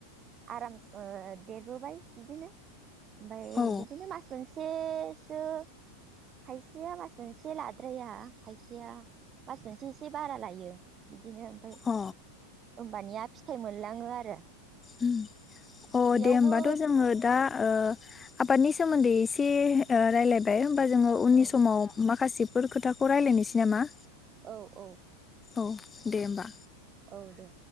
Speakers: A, on the right; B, on the left.
A: आराम ओ देरबोबाय बिदिनो ओमफ्राय
B: औ
A: बिदिनो मास मोनसेसो खायसेया मास मोनसे लाद्राया खायसेया मास मोनसे एसे बारा लायो बिदिनो ओमफ्राय
B: अ
A: होमबानिया फिथाइ मोनलाङो आरो।
B: उम अ
A: बेयावबो
B: दे होमबाथ' जोङो दा ओ आबादनि सोमोन्दै एसे ओ रायलायबाय होमबा जोङो उननि
A: औ
B: समाव माखासे फोर खोथाखौ रायलायनोसै नामा?
A: औ औ
B: औ दे होमबा।
A: औ दे।